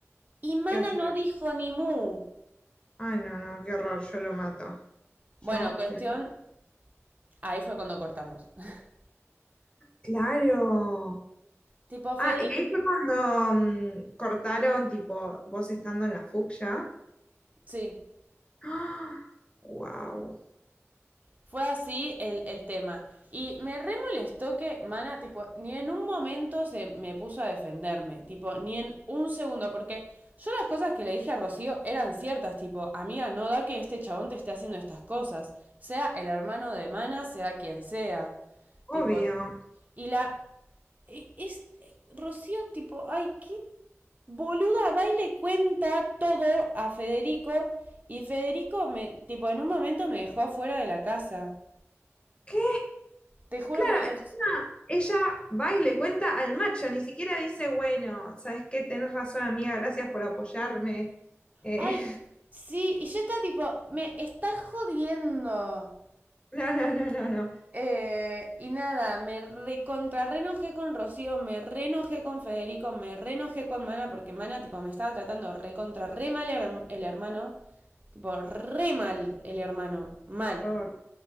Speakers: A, on the right; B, on the left.
A: Y Mana
B: ¿Qué hacía?
A: no dijo ni mu.
B: Ay, no, no, qué horror, yo lo mato.
A: Bueno,
B: Yo.
A: cuestión,
B: lo-
A: ahí fue cuando cortamos. <laughs>
B: Claro.
A: Tipo, Federico,
B: Ah, y ahí fue cuando mm, cortaron, tipo, vos estando en la fucsia.
A: sí.
B: ¡Ah! Wow.
A: Fue así el, el tema. Y me re molestó que Mana, tipo, ni en un momento se me puso a defenderme. Tipo, ni en un segundo. Porque yo las cosas que le dije a Rocío eran ciertas. Tipo, amiga, no da que este chabón te esté haciendo estas cosas. Sea el hermano de Mana, sea quien sea.
B: Obvio.
A: Tipo, y la. e- Es, eh, Rocío, tipo, ay, qué boluda, va y le cuenta todo a Federico. Y Federico, me, tipo, en un momento me dejó afuera de la casa.
B: ¿Qué?
A: Te juro
B: Claro,
A: por Dios.
B: encima ella va y le cuenta al macho, ni siquiera dice, bueno, ¿sabes qué? Tenés razón, amiga, gracias por apoyarme. Eh,
A: Ay, sí, y yo estaba tipo, me está jodiendo.
B: <laughs> no, no, no, no, no.
A: Eh, y nada, me recontra reenojé con Rocío, me reenojé con Federico, me reenojé con Mana, porque Mana, tipo, me estaba tratando recontra re mal her- el hermano. Tipo, re mal el hermano, mal.
B: Por-